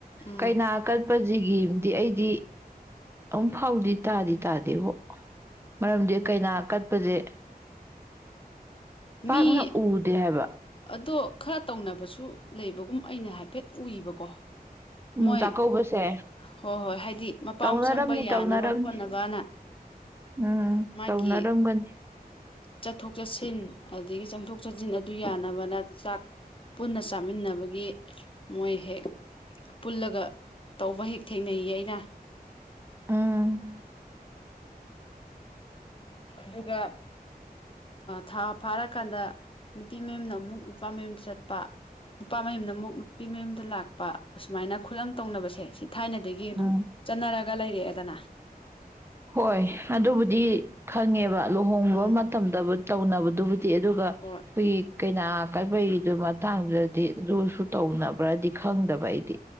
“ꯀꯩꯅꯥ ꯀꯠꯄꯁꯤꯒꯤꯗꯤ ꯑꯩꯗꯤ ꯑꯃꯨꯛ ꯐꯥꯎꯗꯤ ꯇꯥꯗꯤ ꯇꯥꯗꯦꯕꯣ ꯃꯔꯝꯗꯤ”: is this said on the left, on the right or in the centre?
Right